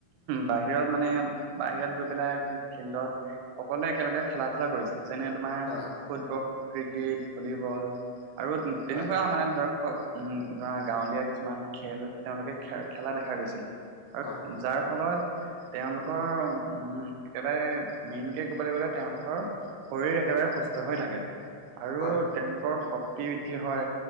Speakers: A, on the right; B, on the left.
A: বাহিৰত মানে বাহিৰত গৈ পেলাই ফিল্ডত সকলোৱে একেলগে খেলা ধূলা কৰিছিল যেনে তোমাৰ
B: হয়
A: ফুটবল ক্ৰিকেট ভলীবল আৰু তেনেকুৱা
B: হয়
A: মানে ধৰা অ উম ধৰা গাঁৱলীয়া কিছুমান খেল তেওঁলোকে খে খেলা দেখা গৈছিল আৰু
B: হয়
A: যাৰ ফলত তেওঁলোকৰ উম একেবাৰে মেইনকে ক'বলে গ'লে তেওঁলোকৰ শৰীৰ একেবাৰে সুস্থ হৈ থাকে আৰু
B: হয়
A: তেওঁলোকৰ শক্তি বৃদ্ধি হয়